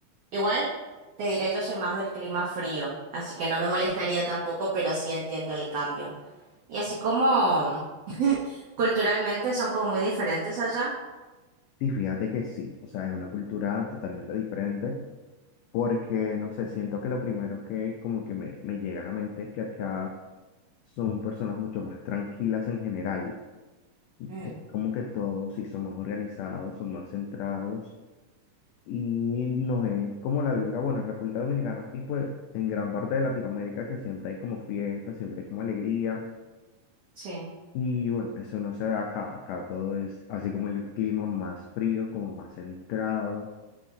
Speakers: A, on the right; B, on the left.
A: Igual te diré, yo soy más del clima frío, así que no me molestaría tampoco, pero sí entiendo el cambio. Y así como culturalmente son como muy diferentes allá.
B: Y fíjate que sí, o sea, es una cultura totalmente diferente porque, no sé, siento que lo primero que como que me, me llega a la mente es que acá son personas mucho más tranquilas en general.
A: Mm,
B: Es como que todos sí son más organizados, son más centrados y no es como la vibra, bueno, en República Dominicana y pues en gran parte de Latinoamérica que siempre hay como fiesta, siempre hay como alegría
A: sí.
B: y bueno, eso no se da acá, acá todo es así como el clima más frío, como más centrado